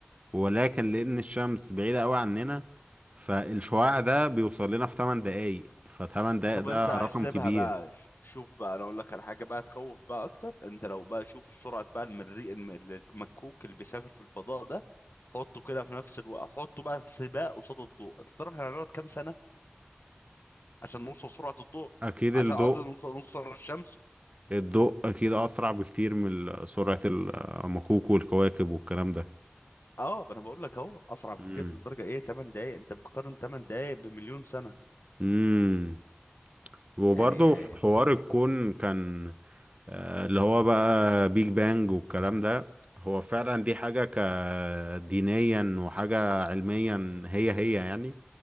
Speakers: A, on the right; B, on the left.
A: ولكن لأن الشمس بعيدة قوي عننا فالشعاع ده بيوصل لنا في 8 دقايق ف8 دقايق
B: طب
A: ده
B: انت احسبها
A: رقم كبير
B: بقى ش- شوف بقى انا اقول لك على حاجة بقى تخوف بقى اكتر انت لو بقى شوف سرعة بقى المريء الم- المكوك اللي بيسافر في الفضاء ده حطه كده في نفس الوقت حطه بقى في سباق قصاد الضوء انت تعرف احنا هنقعد كام سنة عشان نوصل سرعة الضوء
A: أكيد
B: عشان
A: الضوء
B: قصدي نوصل نوصل الشمس
A: الضوء أكيد أسرع بكتير من ال- سرعة المكوك والكواكب والكلام ده
B: اه ما انا بقول لك اهو اسرع بكتير
A: مم.
B: لدرجة ايه 8 دقايق انت بتقارن 8 دقايق بمليون سنة
A: امم وبرضه
B: يعني
A: حوار الكون كان آه، اللي هو بقى بيج بانج والكلام ده هو فعلا دي حاجة كدينيا وحاجة علميا هي هي يعني